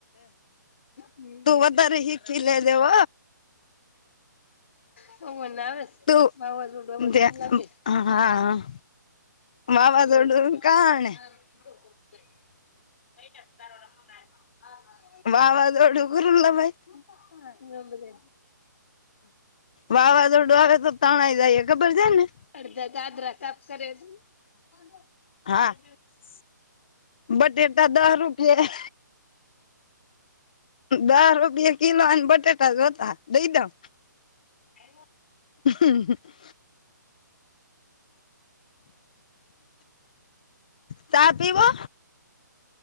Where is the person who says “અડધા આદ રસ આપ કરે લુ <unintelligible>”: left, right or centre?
Left